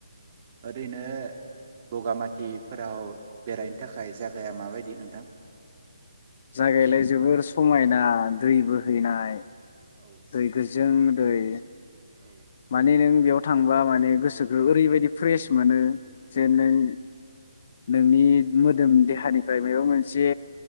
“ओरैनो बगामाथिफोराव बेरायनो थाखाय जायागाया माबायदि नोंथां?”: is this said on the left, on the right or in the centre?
Right